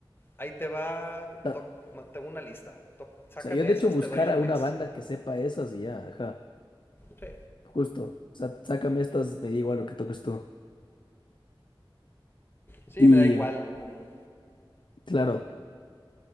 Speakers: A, on the left; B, on the left.
A: ahí te va,
B: Ta-
A: toc, tengo una lista. Toc, sácame
B: O sea, yo de
A: esas,
B: hecho buscar
A: te doy un
B: a una
A: mes.
B: banda que sepa esas y ya, ajá,
A: Sí.
B: justo. O sea, sácame estas, me da igual lo que toques tú.
A: Sí,
B: Y
A: me da igual como...
B: claro,